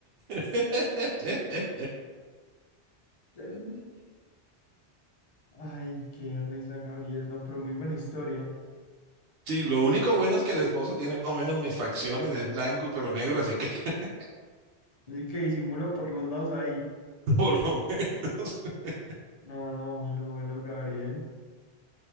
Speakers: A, on the right; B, on the left.
A: <laughs>
B: Pero- Ay, qué risa, Gabriel, no, pero muy buena historia.
A: Sí, lo único bueno es que el esposo tiene más o menos mis facciones, es blanco y pelo negro, así que <laughs>
B: Así que disimula por los lados ahí.
A: por lo menos, <laughs>
B: No, bueno, bueno, Gabriel.